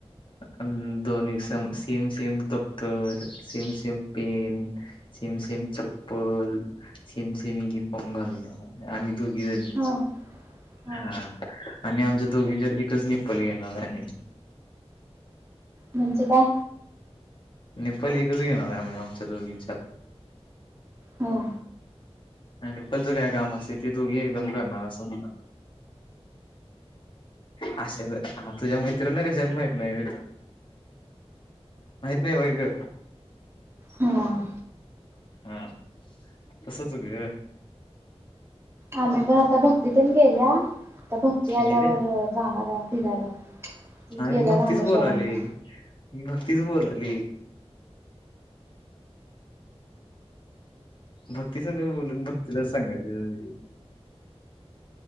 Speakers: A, on the left; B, on the right.
A: अ दोन्ही सम सेम दप्तर same same pen same same same चप्पल सेम सेम युनिफॉर्म घालणार आम्ही दोघी जणी.
B: हा हा
A: हां आणि आमच्या दोघींच्यात एकच निप्पल घेणार आहे आम्ही
B: म्हंजे काय?
A: निप्पल एकच घेणार आहे, आम्हीं आमच्या दोघींच्यात.
B: हा
A: आणि निप्पलचं काय काम असते ते तू घे एकदम करणार असं म्ह <inaudible> अशा ग हां तुझ्या मैत्रिणी कशा हायत माहत नाही व्हय तुला? माहित नाही व्हय ग?
B: हां.
A: हा तसच ग.
B: आम्ही पण आता भक्तीतन गेल्या आता, भक्ती आल्यावर
A: गेल्या
B: जाणार फिरायला. ती
A: हा
B: गेल्या
A: मी भक्तीच
B: रामेश्वरमला
A: बोलाली मी भक्तीच बोलाली. भक्ती संग बोलून भक्तीलाच सांगायच.